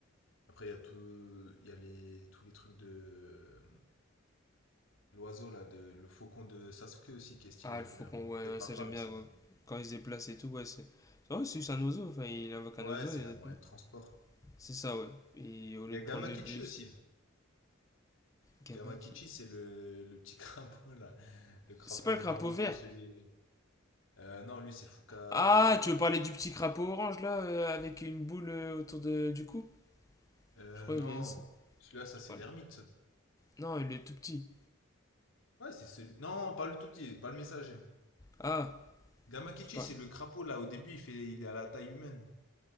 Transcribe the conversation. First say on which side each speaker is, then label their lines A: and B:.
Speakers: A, on the left (about 75°); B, on the left (about 15°).
A: Après, il y a tout, il y a les, tous les trucs de euh, l'oiseau là, de le faucon de Sasuke aussi qui est stylé,
B: Ah, le
A: j'aime
B: faucon,
A: bien. Bon, après,
B: ouais,
A: il
B: ouais,
A: parle
B: ça
A: pas,
B: j'aime
A: mais
B: bien
A: c'est
B: ouais.
A: bien.
B: quand il se déplace et tout, ouais, c'est. C'est vrai, c'est juste un oiseau, enfin, il invoque
A: Ouais,
B: un oiseau,
A: c'est
B: et honnêtement,
A: un moyen de transport.
B: c'est ça, ouais. Et au lieu
A: Il y a
B: de
A: Gamakichi
B: prendre le bus,
A: aussi.
B: gamin
A: Gamakichi,
B: qui.
A: c'est le, le petit <laughs> crapaud là, le crapaud
B: C'est pas le
A: de
B: crapaud
A: Naruto,
B: vert!
A: celui. Euh, non, lui c'est Fuka...
B: Ah,
A: Fuka-
B: tu veux parler du petit crapaud orange là, euh, avec une boule euh, autour de, du cou?
A: Euh,
B: Je crois
A: non,
B: qu'il est. ça,
A: celui-là ça
B: Tu
A: c'est
B: parles.
A: l'ermite. ça.
B: Non, il est tout petit.
A: Ouais, c'est celui. Non, pas le tout petit, pas le messager.
B: Ah,
A: Gamakichi,
B: tu parles.
A: c'est le crapaud là. Au début, il fait, il est à la taille humaine.